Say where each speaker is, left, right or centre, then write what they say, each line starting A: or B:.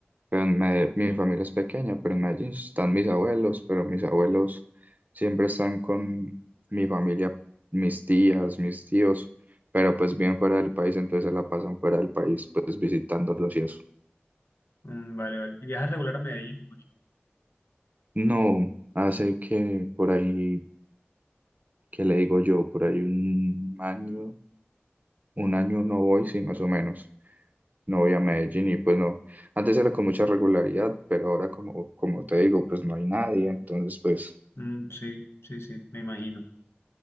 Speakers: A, on the right; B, on the left.
A: pero en Mede- mi familia es pequeña, pero en Medellín están mis abuelos, pero mis abuelos siempre están con mi familia, mis tías, mis tíos, pero pues bien fuera del país, entonces se la pasan fuera del país pues visitándolos y eso.
B: Mm, Vale, vale. ¿Y viajas regular a Medellín?
A: No, hace que por ahí, que le digo yo? Por ahí un año, un año no voy, sí, más o menos. No voy a Medellín y pues no. Antes era con mucha regularidad, pero ahora como, como te digo, pues no hay nadie, entonces pues
B: Mm, sí, sí, sí, me imagino.